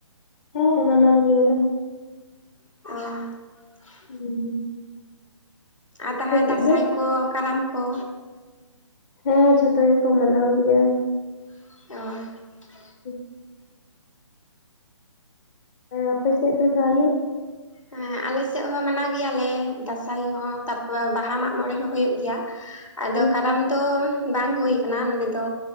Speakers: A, on the left (about 15°); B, on the left (about 80°).
A: ᱦᱮᱸ ᱢᱟᱱᱟᱣ ᱜᱮᱭᱟᱞᱮ᱾
B: ᱚ᱾
A: ᱦᱩᱸ ᱦᱩᱸ᱾
B: ᱟᱨ ᱛᱟᱦᱚᱭ
A: ᱟᱯᱮ ᱥᱮᱫ
B: ᱫᱟᱸᱥᱟᱭ
A: ᱫᱚ?
B: ᱠᱚ ᱠᱟᱨᱟᱢ ᱠᱚ
A: ᱦᱮᱸ ᱡᱷᱚᱛᱚ ᱜᱮᱠᱚ ᱢᱟᱱᱟᱣ ᱜᱮᱭᱟ᱾
B: ᱚ᱾
A: <unintelligible> ᱦᱮᱸ ᱟᱯᱮ ᱥᱮᱫ ᱫᱚ ᱛᱟᱦᱚᱞᱮ?
B: ᱦᱮᱸ ᱟᱞᱮ ᱥᱮᱜ ᱦᱚᱸ ᱢᱟᱱᱟᱣ ᱜᱮᱭᱟᱞᱮ ᱫᱟᱸᱥᱟᱭ ᱦᱚᱸ ᱛᱟᱯᱚᱨ ᱵᱟᱦᱟ ᱢᱟᱜᱽ ᱢᱚᱬᱮ ᱦᱚᱸ ᱦᱩᱭᱩᱜ ᱜᱮᱭᱟ᱾ ᱟᱫᱚ
A: ᱦᱩᱸ,
B: ᱠᱟᱨᱟᱢ ᱫᱚ ᱵᱟᱝ ᱦᱩᱭᱳ ᱠᱟᱱᱟ ᱱᱚᱸᱰᱮ ᱫᱚ